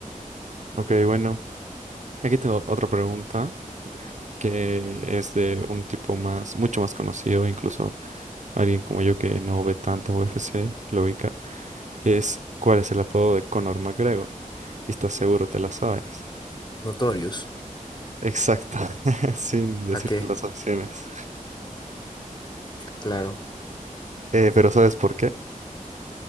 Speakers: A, on the right (about 60°); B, on the left (about 30°).
A: Ok, bueno. Aquí tengo otra pregunta que es de un tipo más, mucho más conocido, incluso alguien como yo que no ve tanto UFC, lo ubica, que es ¿cuál es el apodo de Conor McGregor? Y estás seguro te la sabes.
B: Notorious.
A: Exacto, <laughs> sin decirte
B: ¿Para qué?
A: las opciones.
B: Claro.
A: Eh, pero ¿sabes por qué?